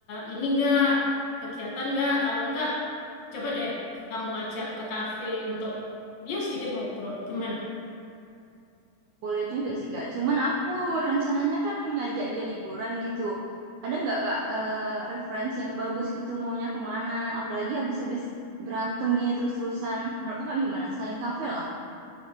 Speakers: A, on the left; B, on the right.
A: ini enggak kegiatan enggak? Kalau enggak, coba deh kamu ajak ke kafe untuk ya sedikit ngobrol. Gimana?
B: Boleh juga sih kak, cuman aku rencananya kan ngajak dia liburan gitu. Ada nggak kak eh, referensi yang bagus gitu maunya kemana? Apalagi habis-habis berantem gini terus-terusan. Menurut kakak gimana? Selain kafe lah.